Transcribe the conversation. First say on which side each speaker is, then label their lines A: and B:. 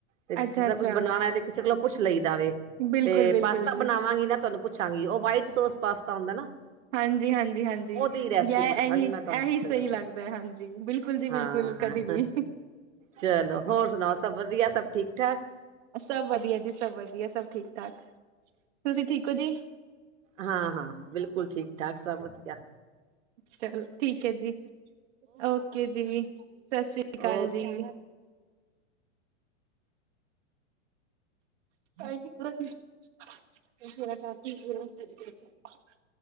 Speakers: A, on the right; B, on the right.
A: ਤੇ ਜਿਸਦਾ
B: ਅੱਛਾ ਅੱਛਾ
A: ਕੁਛ ਬਣਾਉਣਾ ਤੇ ਕਿਸੇ ਕੋਲੋਂ ਪੁੱਛ ਲਈ ਦਾ ਵੇ
B: ਬਿਲਕੁਲ
A: ਤੇ
B: ਬਿਲਕੁਲ
A: ਪਾਸਤਾ
B: ਜੀ
A: ਬਣਾਵਾਂਗੀ ਨਾ ਤੁਹਾਨੂੰ ਪੁੱਛਾਂਗੀ, ਉਹ ਵਾਈਟ ਸੋਸ ਪਾਸਤਾ ਹੁੰਦਾ ਨਾ।
B: ਹਾਂਜੀ-ਹਾਂਜੀ-ਹਾਂਜੀ।
A: ਉਹਦੀ ਰੈਸਪੀ
B: ਵੀ ਯ
A: ਪੁੱਛਾਂਗੀ
B: ਇਹੀ
A: ਮੈਂ ਤੁਹਾਨੂੰ
B: ਇਹੀ
A: ਕਿਸੇ
B: ਸਹੀ
A: ਦਿਨ
B: ਲੱਗਦਾ ਐ ਹਾਂਜੀ, ਬਿਲਕੁਲ ਜੀ ਬਿਲਕੁਲ
A: ਹਾਂ
B: ਕਦੇ ਵੀ
A: ਚਲੋ, ਹੋਰ ਸੁਣਾਓ ਸਭ ਵਧੀਆ, ਸਭ ਠੀਕ-ਠਾਕ।
B: ਸਭ ਵਧੀਆ ਜੀ ਸਭ ਵਧੀਆ ਸਭ ਠੀਕ -ਠਾਕ, ਤੁਸੀਂ ਠੀਕ ਹੋ ਜੀ।
A: ਹਾਂ-ਹਾਂ-ਹਾਂ, ਬਿਲਕੁਲ ਠੀਕ-ਠਾਕ ਸਭ ਵਧੀਆ।
B: ਚਲੋ ਠੀਕ ਐ ਜੀ, ਓਕੇ ਜੀ, ਸਤਿ ਸ੍ਰੀ ਅਕਾਲ
A: ਓਕੇ
B: ਜੀ। <inaudible> <unintelligible>